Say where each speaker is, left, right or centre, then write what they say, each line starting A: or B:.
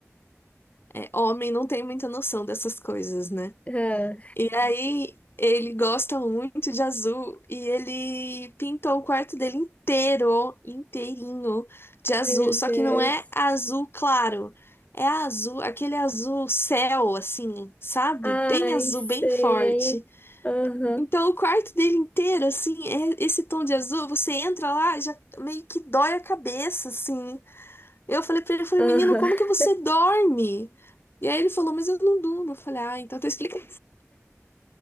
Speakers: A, on the left; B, on the left.
A: é homem, não tem muita noção dessas coisas, né?
B: Ah,
A: E aí ele gosta muito de azul e ele pintou o quarto dele inteiro, inteirinho de azul.
B: Ai, meu
A: Só
B: Deus.
A: que não é azul claro, é azul, aquele azul céu, assim, sabe?
B: Ai,
A: Bem azul,
B: sei.
A: bem forte.
B: Aham,
A: Então o quarto dele inteiro, assim, é esse tom de azul. Você entra lá, já meio que dói a cabeça, assim. Eu falei pra ele, eu falei,
B: aham.
A: menino, como que você dorme? E aí ele falou, mas eu não durmo. Eu falei, ah, então tu explica.